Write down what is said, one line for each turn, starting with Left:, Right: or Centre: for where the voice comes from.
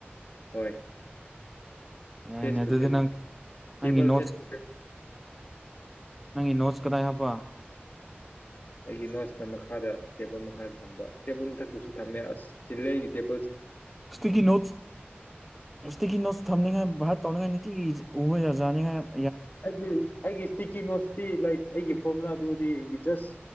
Left: ꯍꯣꯏ
Centre: ꯌꯥꯏꯅꯦ
Left: ꯐꯦꯁ
Centre: ꯑꯗꯨꯗꯤ
Left: ꯇꯨ ꯐꯦꯁ
Centre: ꯅꯪ
Left: ꯇꯦꯕꯜ
Centre: ꯅꯪꯒꯤ ꯅꯣꯠꯁ
Left: ꯐꯦꯁ ꯇꯨ ꯐꯦꯁ
Centre: ꯅꯪꯒꯤ ꯅꯣꯠꯆ ꯀꯗꯥꯏ ꯍꯥꯞꯄ
Left: ꯑꯩꯒꯤ ꯅꯣꯠꯁꯅ ꯃꯈꯥꯗ ꯇꯦꯕꯜ ꯃꯈꯥꯗ ꯊꯝꯕ ꯇꯦꯕꯜ ꯃꯊꯛꯇꯁꯨ ꯊꯝꯃꯦ ꯑꯁ ꯆꯤꯜꯂꯦ ꯑꯩꯒꯤ ꯇꯦꯕꯜꯁꯤ
Centre: ꯁ꯭ꯇꯤꯀꯤ ꯅꯣꯠꯁ ꯁ꯭ꯇꯤꯀꯤ ꯅꯣꯠꯁ ꯊꯝꯅꯤꯡꯉꯥꯏ ꯚꯥꯠ ꯇꯧꯅꯉꯤꯏ ꯅꯤꯇꯤꯒꯤ ꯖ ꯎꯕ ꯖꯥꯅꯤꯡꯉꯥꯏ
Left: ꯑꯩꯒ ꯑꯩꯒꯤ ꯏꯁ꯭ꯇꯤꯀꯤ ꯅꯣꯠꯆ ꯇꯤ ꯂꯥꯏꯛ ꯑꯩꯒꯤ ꯐꯣꯔꯃꯨꯂꯥꯗꯨꯗꯤ ꯑꯩꯒꯤ ꯖꯁ